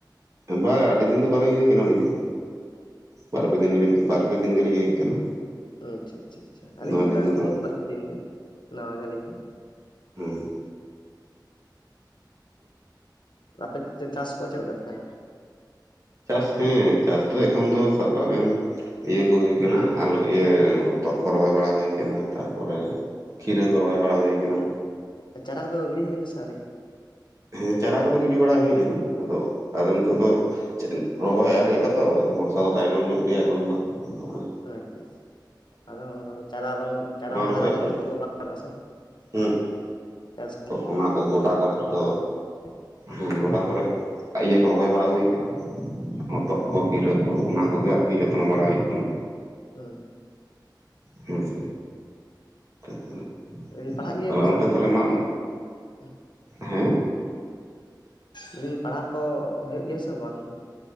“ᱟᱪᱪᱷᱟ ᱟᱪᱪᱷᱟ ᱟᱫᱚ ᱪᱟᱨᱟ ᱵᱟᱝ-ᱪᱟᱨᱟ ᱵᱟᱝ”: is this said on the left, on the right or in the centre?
Left